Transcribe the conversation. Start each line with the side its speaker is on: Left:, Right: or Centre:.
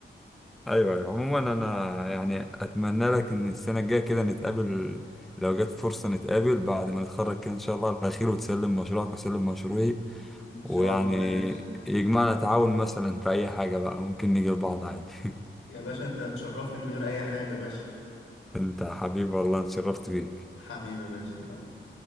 Centre: ايوه ايوه عموما انا يعني اتمنى لك ان السنه الجايه كده نتقابل لو جت فرصه نتقابل بعد ما نتخرج كده ان شاء الله على خير وتسلم مشروعك واسلم مشروعي
Left: ان شاء
Centre: ويعني
Left: الله يا باشا
Centre: يجمعنا تعاون مثلا في أي حاجة بقى ممكن نيجي لبعض عادي
Left: يا باشا انت هتشرفني من غير اي حاجة يا باشا
Centre: <laughs> أنت حبيبي والله أنا اتشرفت بيك
Left: حبيبي يا باشا يلا